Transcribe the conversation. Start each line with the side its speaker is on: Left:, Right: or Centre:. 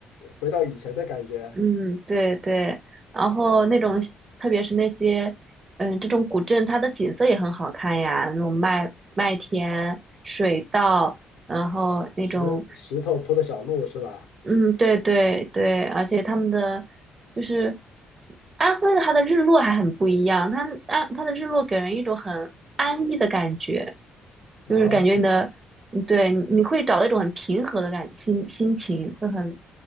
Left: 回到以前的感觉，
Right: 嗯，对对。然后那种，特别是那些，嗯，这种古镇，它的景色也很好看呀，那种麦麦田、水稻，然后那种
Left: 石石头铺的小路是吧？
Right: 嗯，对对对，而且他们的就是安徽的，它的日落还很不一样。它安它的日落给人一种很安逸的感觉，
Left: 哦
Right: 就是感觉你的，嗯对，你会找到一种很平和的感心心情，会很